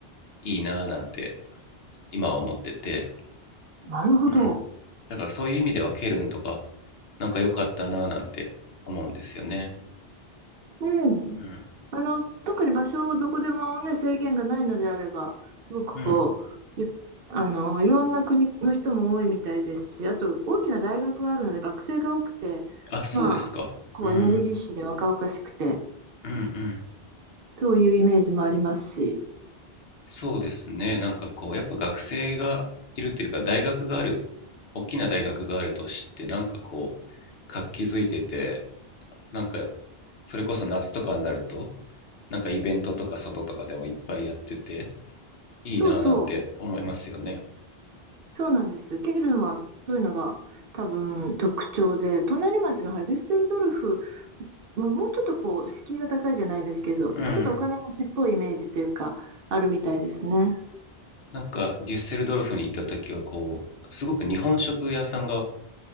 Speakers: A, on the left; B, on the right.
A: いいなぁなんて今は思ってて、
B: なるほど。
A: うん、だからそういう意味ではケルンとかなんか良かったなぁなんて思うんですよね。
B: うん。
A: う
B: あの、特に場所をどこでもね、制限がないのであれば、すごくこう、
A: ん、うん、
B: ゆあの、いろんな国の人も多いみたいですし、あと大きな大学があるので学生が多くて、
A: あそうですか。
B: まあ、こうエネルギッシュで若々しくて、
A: うん、うん、うん、
B: そういうイメージもありますし、
A: そうですね。なんかこうやっぱ学生がいるというか大学がある大きな大学があるとしてなんかこう活気づいててなんかそれこそ夏とかになるとなんかイベントとか外とかでもいっぱいやってていいなぁなんて思いますよね
B: そうそう、そうなんです。ケルンはそういうのが多分特徴で、隣町のハルデュッセルドルフはもうちょっとこう、敷居が高いじゃないですけど、
A: うん
B: まあちょっとお金持ちっぽいイメージというか、あるみたいですね。
A: なんかデュッセルドルフに行った時はこうすごく日本食屋さんが